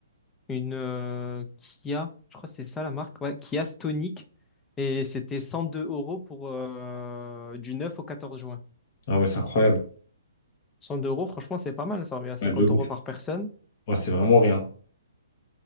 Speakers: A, on the left; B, on the left.
A: une euh, Kia, je crois que c'est ça la marque, ouais, Kia Stonic. Et c'était 102 euros pour euh, du 9 au 14 juin.
B: Ah ouais, c'est incroyable.
A: 102 euros, franchement, c'est pas mal, ça revient à 50
B: Ouais, de ouf.
A: euros par personne,
B: Ouais, c'est vraiment rien.